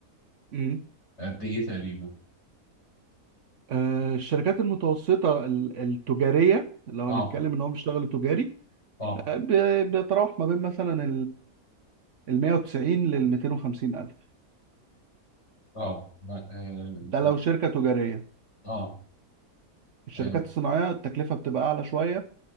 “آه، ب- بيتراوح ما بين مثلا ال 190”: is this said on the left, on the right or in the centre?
Right